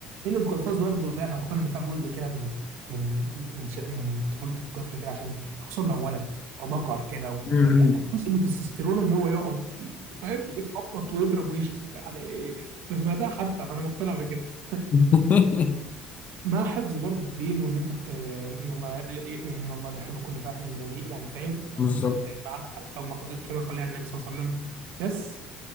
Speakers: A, on the right; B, on the left.
A: ان الالفاظ برضه فعلا مقتنع ان فيها جزء كده من من من ش- من طفوله الطفل كده عشان خصوصا لو ولد ذكر كده و-
B: مم.
A: يعني جزء من التستيرون ان هو يقعد ي- فاهم يخبط ويضرب ويشتم يعني انا سمعتها حتى فانا مقتنع بكده <laughs>
B: <laughs>
A: مع حفظ برضه الدين وان انت بت... ان الله ان الله لا يحب كل فاحش بذيء يعني فاهم يعني
B: بالظبط
A: معنى حق- او مق... كما قال يعني النبي صلى الله عليه وسلم بس